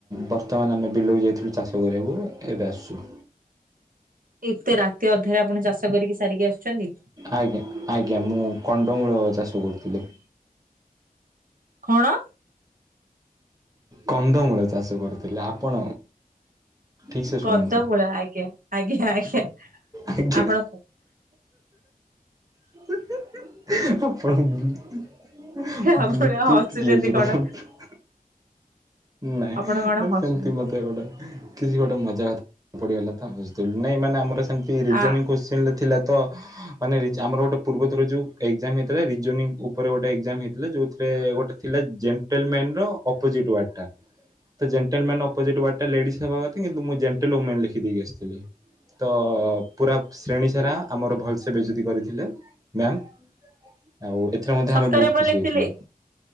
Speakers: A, on the right (about 25°); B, on the right (about 65°).
A: ବର୍ତ୍ତମାନ ଆମେ ବିଲକୁ ଯାଇଥିଲୁ ଚାଷ କରିବାକୁ ଏବେ ଆସୁଛୁ।
B: ଏତେ ରାତି ଅଧରେ ଆପଣ ଚାଷ କରିକି ସାରିକି ଆସୁଛନ୍ତି।
A: ଆଜ୍ଞା ଆଜ୍ଞା ମୁଁ କଣ୍ଡମୂଳ ଚାଷ କରୁଥିଲି।
B: କଣ?
A: କନ୍ଦମୂଳ ଚାଷ କରୁଥିଲେ ଆପଣ ଠିକ୍ ସେ ଶୁଣନ୍ତୁ
B: କନ୍ଦମୂଳ ଆଜ୍ଞା ଆଜ୍ଞା ଆଜ୍ଞା।
A: ଆଜ୍ଞା
B: ଆପଣ
A: <unintelligible> ଆପଣ
B: ଆପଣ
A: ବ୍ଲୁଟୁଥ୍
B: ହସୁଛନ୍ତି
A: ୟୁଜ୍
B: କଣ
A: କରନ୍ତୁ। ନାଇଁ
B: ଆପଣ କଣ
A: ମାନେ
B: ହସୁଛନ୍ତି
A: ସେମିତି ମତେ ଗୋଟେ କିଛି ଗୋଟେ ମଜା କଥା ପଡ଼ିଗଲା ତ ହସିଦେଲି ନାଇଁ ମାନେ ଆମର ସେମିତି। <unintelligible>
B: ଆ
A: <unintelligible> ଥିଲା ତ ମାନେ ରିଜ ଆମର ଗୋଟେ ପୂର୍ବ ଥର ଯୋଉ ଏଜାମ୍ ହେଇଥିଲା ରିଯୋନିଙ୍ଗି ଉପରେ ଗୋଟେ ଏଜାମ୍ ହେଇଥିଲା ଯୋଉଥିରେ ଗୋଟେ ଥିଲା ଜେଣ୍ଟଲମ୍ୟାନର ଅପୋଜିଟ୍ ୱାର୍ଡ଼ଟା। ତ ଜେଣ୍ଟଲମ୍ୟାନର ଅପୋଜିଟ୍ ୱାର୍ଡ଼ଟା ଲେଡିସ୍ ହେବା କଥା କିନ୍ତୁ ମୁଁ ଜେଣ୍ଟେଲେ ଓମେନ୍ ଲେଖି ଦେଇକି ଆସିଥିଲି। ତ ପୁରା ଶ୍ରେଣୀ ସାରା ଆମର ଭଲସେ ବେଯତି କରିଥିଲେ ମ୍ୟାମ୍। ଆଉ ଏଥିରେ ମଧ୍ୟ
B: ସତରେ
A: ଆମେ ବୋହୁତ
B: ଆପଣ
A: ଖୁସି
B: ଲେଖିଥିଲେ
A: ହେଇଥିଲୁ।